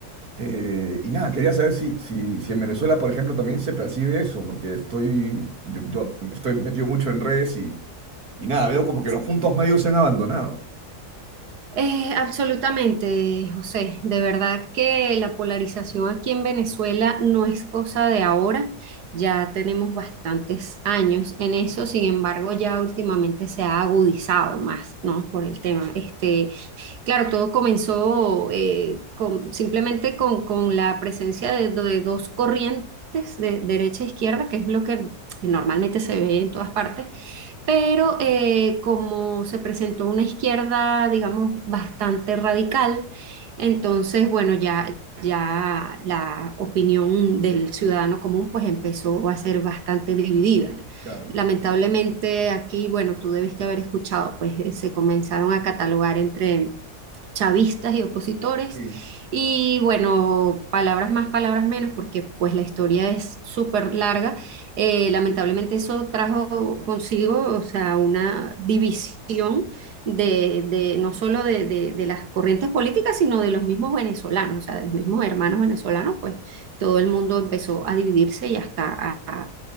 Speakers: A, on the right (about 70°); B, on the right (about 85°).
A: Eh, y nada, quería saber si, si, si en Venezuela, por ejemplo, también se percibe eso, porque estoy, yo, yo estoy metido mucho en redes y, y nada, veo como que
B: Sí.
A: los puntos medios se han abandonado.
B: Eh, absolutamente, José. De verdad que la polarización aquí en Venezuela no es cosa de ahora. Ya tenemos bastantes años en eso. Sin embargo, ya últimamente se ha agudizado más, ¿no? Por el tema. Este, claro, todo comenzó eh, con, simplemente con, con la presencia de, de dos corrientes de derecha e izquierda, que es lo que normalmente se ve en todas partes. pero eh, como se presentó una izquierda, digamos, bastante radical, entonces, bueno, ya, ya la opinión del ciudadano común pues empezó a ser bastante dividida.
A: Claro.
B: Lamentablemente aquí, bueno, tú debiste haber escuchado, pues eh, se comenzaron a catalogar entre chavistas y opositores.
A: Sí.
B: Y bueno, palabras más, palabras menos, porque pues la historia es súper larga. Eh, lamentablemente eso trajo consigo, o sea, una división de, de- no solo de, de- de las corrientes políticas, sino de los mismos venezolanos, o sea, de los mismos hermanos venezolanos, pues todo el mundo empezó a dividirse y hasta a,